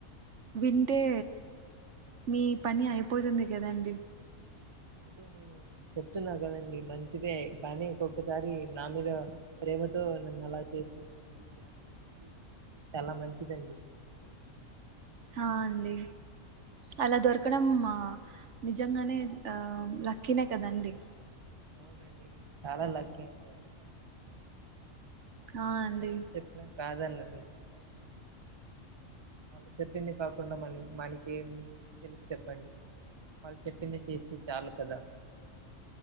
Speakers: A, on the right; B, on the right.
A: వింటే మీ పని అయిపోతుంది కదండి
B: అంటే నేను చెప్తున్నా కదండి మంచిదే కానీ ఒకొక్కసారి నా మీద ప్రేమతో నన్ను అలా చేస్తుందండి అంటే అంతకు మించి చాలా మంచిదండి
A: ఆ అండి అలా దొరకడం నిజంగానే ఆ లక్కీనే కదండి
B: అవునండి నేను చాలా లక్కీ అండి అసలు
A: ఆ అండి
B: తను ఏం చెప్పినా కాదన్నదండి వాళ్ళ చెప్పింది కాకుండా మనం మనకి ఏం తెలుసు చెప్పండి వాళ్ళ చెప్పింది చేస్తే చాలు కదా